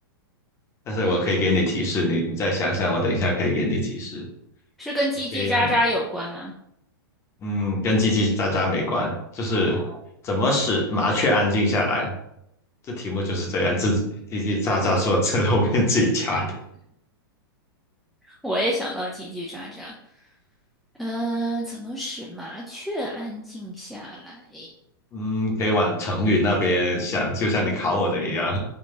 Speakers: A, on the left; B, in the centre.
A: 但是我可以给你提示，
B: 嗯，
A: 你你再想想，我等一下可以给你提示。
B: 是跟叽叽喳喳有关吗？
A: 我先让你，嗯，跟叽叽喳喳没关，就是怎么使麻雀安静下来，
B: 哦，
A: 这题目就是这样，自己叽叽喳喳说这后面自己加的。
B: 我也想到叽叽喳喳。嗯、怎么使麻雀安静下来？
A: 嗯，可以往成语那边想，就像你考我的一样，
B: 嗯